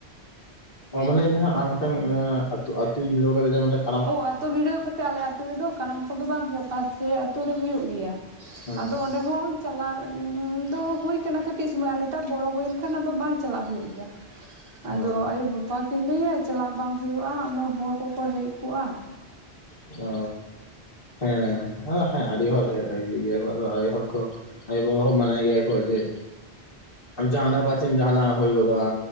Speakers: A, on the left; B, on the right.
A: ᱟ ᱢᱟᱱᱮ ᱡᱟᱦᱟᱸ ᱟᱨ ᱢᱤᱫᱴᱟᱝ ᱚᱱᱟ ᱮᱱᱟᱜ ᱟᱛᱳ ᱟᱛᱩ <unintelligible>
B: ᱚ ᱟᱛᱳ ᱵᱷᱤᱲᱟᱹᱣ ᱠᱟᱛᱮ ᱟᱞᱮ ᱟᱛᱳ ᱨᱮᱫᱚ ᱠᱟᱨᱟᱢ ᱠᱚᱫᱚ ᱵᱟᱝ ᱦᱩᱭᱩᱜ-ᱟ ᱯᱟᱥᱮ ᱟᱛᱳ ᱨᱮ ᱦᱳᱭᱳᱜ ᱜᱮᱭᱟ,
A: ᱦᱮᱸ
B: ᱟᱫᱚ ᱚᱰᱮ ᱦᱚᱸ ᱪᱟᱞᱟᱣ ᱟᱸ ᱫᱚ ᱦᱩᱭ ᱠᱟᱱᱟ ᱠᱟᱹᱴᱤᱡ ᱥᱚᱢᱚᱭ ᱟᱨ ᱱᱮᱛᱟᱨ ᱵᱚᱲᱚ ᱦᱩᱭᱮᱱ ᱠᱷᱟᱱ ᱟᱫᱚ ᱵᱟᱝ ᱪᱟᱞᱟᱜ ᱦᱩᱭᱩᱜ ᱜᱮᱭᱟ᱾
A: ᱚ
B: ᱟᱫᱚ ᱟᱭᱳᱼᱵᱟᱵᱟ ᱠᱤᱱ ᱞᱟᱹᱭᱟ ᱪᱟᱞᱟᱜ ᱵᱟᱝ ᱦᱩᱭᱩᱜ-ᱟ ᱩᱱᱟᱹᱜ ᱦᱚᱲ ᱠᱚᱠᱚ ᱦᱮᱡ ᱠᱚᱜ-ᱟ᱾
A: ᱚ᱾ ᱦᱮᱸ ᱟ ᱦᱮᱸ ᱟᱹᱰᱤ ᱦᱚᱲ ᱦᱤᱡᱩᱜ ᱜᱮᱭᱟ ᱠᱚ ᱟᱫᱚ ᱟᱭᱳ ᱦᱚᱲ ᱠᱚ ᱟᱭᱳᱼᱵᱟᱵᱟ ᱦᱚᱸ ᱢᱟᱱᱟ ᱜᱮᱭᱟ᱾ ᱦᱳᱭ ᱡᱮ ᱡᱟᱦᱟᱱᱟᱜ ᱯᱟᱪᱷᱮ ᱡᱟᱦᱟᱱᱟᱜ ᱦᱩᱭ ᱜᱚᱫᱚᱜᱼᱟ᱾